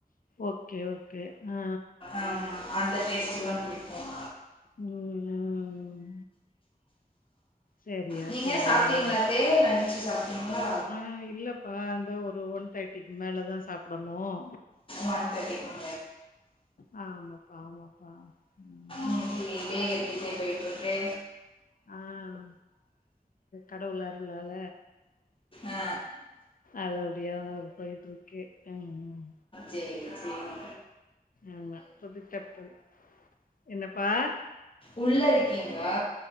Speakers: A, on the left; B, on the left.
A: ஓகே ஓகே ஆ
B: ஆஹ் அந்த <unintelligible> <unintelligible> புடிக்கும்
A: உம் உம் செரியா
B: நீங்க
A: செரியா
B: சாப்பிட்டீங்களா தே லஞ்சு சாப்பிட்டீங்களா
A: ஆஹ் இல்லப்பா அந்த ஒரு ஒன் டை மேலதான் சாப்டணும்
B: ஒன் தேர்டி <unintelligible>
A: ஆஹ் ஆமாப்பா ஆமாப்பா உம்
B: இன்னைக்கு டே எப்படி தே போயிட்டு இருக்கு
A: ஆஹ் கடவுளருலால
B: ஆ,
A: அது அப்படியே போயிட்டு இருக்கு உஹம்
B: சேரி சேரி
A: ஆமா புதுச்செப்பல் என்னப்பா
B: உள்ள இருக்கீங்ளா